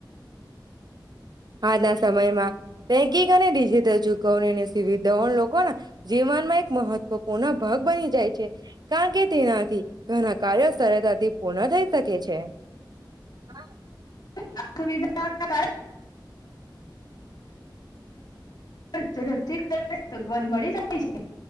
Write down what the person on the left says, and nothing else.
<unintelligible> ધાબ ડથી સગવ મળી જાય